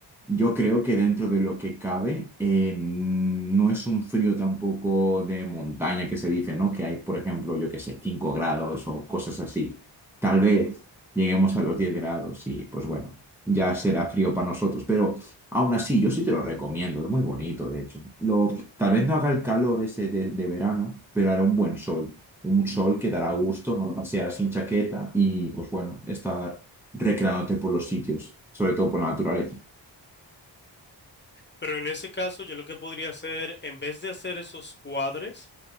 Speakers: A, in the centre; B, on the left (about 25°).
A: Yo creo que dentro de lo que cabe, eh, no es un frío tampoco de montaña que se dice, ¿no? Que hay, por ejemplo, yo qué sé, 5 grados o cosas así. Tal vez lleguemos a los 10 grados y pues bueno, ya será frío para nosotros. Pero aún así, yo sí te lo recomiendo, es muy bonito, de hecho. Lo, tal vez no haga el calor ese de, de verano, pero hará un buen sol. Un sol que dará gusto, no sea sin chaqueta y pues bueno, estar recreándote por los sitios, sobre todo por la naturaleza.
B: Pero en ese caso, yo lo que podría hacer, en vez de hacer esos cuadres,